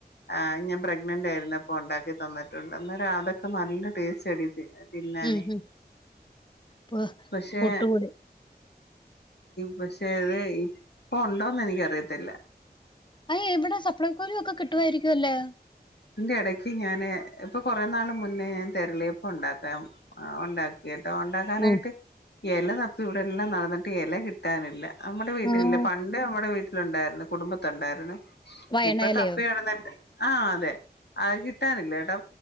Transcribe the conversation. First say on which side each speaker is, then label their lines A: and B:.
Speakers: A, on the left (about 80°); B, on the left (about 30°).
A: ആഹ് ഞാൻ പ്രെഗ്നന്റ് ആയിന്നപ്പോ ഉണ്ടാക്കി തന്നിട്ടുണ്ട് അന്നേരം അതോ ക്കെ നല്ല ടേസ്റ്റാടി തിന്നാന്
B: ഉം ഉം പു
A: പക്ഷെ
B: പുട്ടുപൊടി
A: പക്ഷേ അത് ഇപ്പൊ ഉണ്ടോന്ന് എനിക്കറിയത്തില്ല
B: അയ ഇവിടെ സപ്ലൈക്കൊലൊക്കെ കിട്ടുയിരിക്കു വെല്ലൊ
A: ഇതിന്റെ എടയ്ക്ക് ഞാന് ഇപ്പൊ കുറെേ നാള് മുന്നേ ഞാൻ തിരളേപ്പം ഉണ്ടാക്കാം ഉണ്ടാക്ക ക്കി കേട്ടൊ ഉണ്ടാക്കാനായിട്ട്
B: ഉം
A: എല തപ്പി ഇവിടെ എല്ലാം നടന്നിട്ട് എല കിട്ട ട്ട നില്ല നമ്മുടെ വീട്ടിലില്ല
B: ആഹ്
A: പണ്ട് നമ്മടെ വീട്ടിലുണ്ടായിരുന്നു കുടുംബത്തുണ്ടായിരുന്നു
B: വയണയിലയോ
A: ഇപ്പ തപ്പി നടന്നിട്ട് ആഹ് അതെ അത് കിട്ടാനില്ല കേട്ടാ